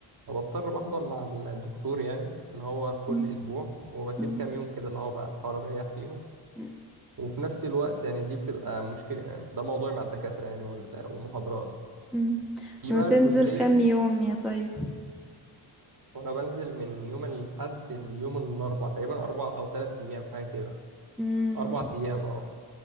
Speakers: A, on the right; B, in the centre.
A: فبضطر بحضر مع الدكتور يعني اللي هو كل
B: مم.
A: أسبوع وبسيب
B: مم.
A: كام يوم كده اللي هو بقى بحاول أريح فيهم
B: مم.
A: وفي نفس الوقت يعني دي بتبقى مشكلة ده موضوعي مع الدكاترة يعني وال- والمحاضرات
B: مم.
A: في
B: بتنزل
A: بقى الجزئية
B: كام يوم يا طيب
A: وأنا بنزل من يوم الأحد ليوم الأربع تقريبا أربع أو تلات أيام حاجة كده
B: مم.
A: أربع أيام أه